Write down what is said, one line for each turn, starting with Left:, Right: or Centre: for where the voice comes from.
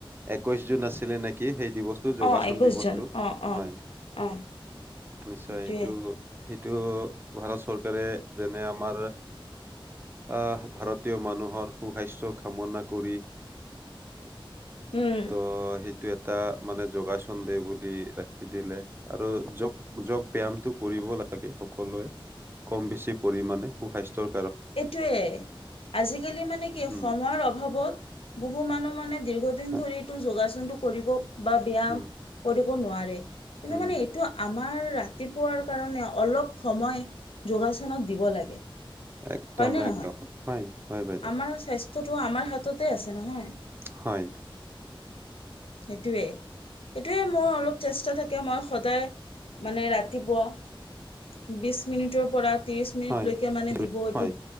Right: একৈশ জুন আছিলে নেকি সেই দি বস্তু যোগাসন
Left: অ একৈশ
Right: দি বস্তু
Left: জন অ অ
Right: হয়
Left: অ
Right: নিশ্চয়
Left: সেইটোৱে
Right: এইটো সেইটো ভাৰত চৰকাৰে যেনে আমাৰ আহ ভাৰতীয় মানুহৰ সুসাস্য কামনা কৰি
Left: উম
Right: ত' হেইটো এটা টা মানে যোগাসন দে বুলি ৰাখি দিলে আৰু যোগ যোগ ব্যামটো কৰিব লাগে সকলোৱে কম বেছি পৰিমাণে সু স্বাস্থ্যৰ
Left: এইটোৱেই আজিকালি মানে কি
Right: উম
Left: সময়ৰ অভাৱত বহু মানুহ মানে দীৰ্ঘদিন
Right: হয়
Left: ধৰি এইটো যোগাসনটো কৰিব বা ব্যায়াম
Right: উম
Left: কৰিব নোৱাৰে কিন্তু
Right: উম
Left: মানে এইটো আমাৰ ৰাতিপুৱাৰ কাৰণে অলপ সময় যোগাসনত দিব লাগে।
Right: একদম
Left: হয়নে নহয়
Right: একদম হয় হয় বাইদেউ
Left: আমাৰ স্বাস্থ্যটো আমাৰ হাততে আছে নহয়।
Right: হয়।
Left: সেইটোৱে সেইটোৱে মই অলপ চেষ্টা থাকে মই সদায় মানে ৰাতিপুৱা বিশ মিনিটৰ পৰা ত্ৰিশ মিনিটলৈকে
Right: হয়
Left: মানে দিব ঐ
Right: হয়